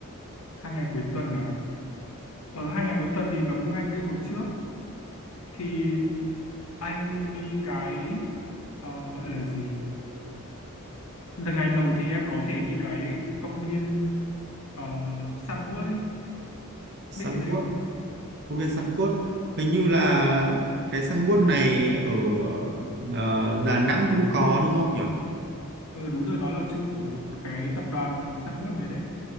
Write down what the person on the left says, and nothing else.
hai ngày cuối tuần à? Ở hai ngày cuối tuần thì giống anh đi hồi trước thì anh đi cái ờ, gọi là gì? Đợt Ngày đầu thì em có thể đi cái công viên ờ, Sunwood ấy,
biết cái đấy
không?
Ừ.
ừ, đúng rồi, nó là chung của một cái tập đoàn Sunwood đấy đấy.